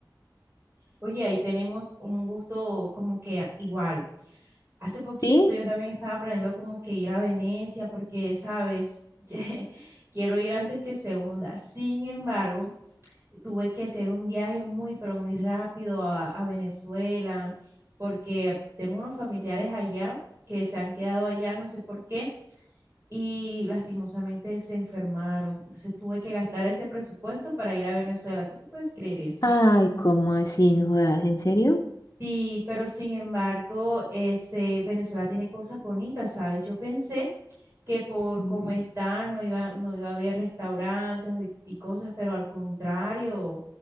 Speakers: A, on the right (about 35°); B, on the left (about 50°).
A: Oye, ahí tenemos un gusto como que a- igual. Hace poquito
B: ¿Sí?
A: yo también estaba planeando como que ir a Venecia porque, sabes, <laughs> quiero ir antes que segunda. Sin embargo, tuve que hacer un viaje muy, pero muy rápido a, a Venezuela, porque tengo unos familiares allá que se han quedado allá, no sé por qué, y lastimosamente se enfermaron. Entonces tuve que gastar ese presupuesto para ir a Venezuela. ¿Tú sí puedes creer eso?
B: Ay, ¿cómo así? ¿No jodas? ¿En serio?
A: Sí, pero sin embargo, este, Venezuela tiene cosas bonitas, ¿sabes? Yo pensé que por
B: Mm.
A: cómo está no iba, no iba a haber restaurantes o- y cosas, pero al contrario,